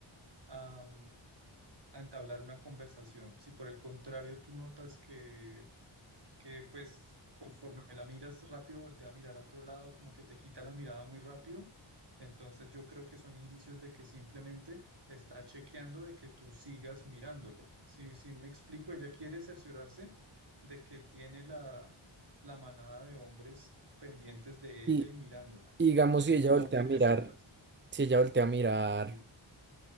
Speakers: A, on the right; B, on the right.
A: a a entablar una conversación. Si por el contrario tú notas que, que pues conforme la miras rápido, voltea a mirar a otro lado, como que te quita la mirada muy rápido, entonces yo creo que son indicios de que simplemente está chequeando de que tú sigas mirándola. Sí, sí, me explico, ella quiere cerciorarse de que tiene la, la manada de hombres pendientes de
B: <laughs> Y
A: ella y mirándola,
B: digamos, si
A: no
B: ella voltea
A: que
B: a mirar,
A: te está... res-
B: si ella voltea a mirar,
A: ¿sí?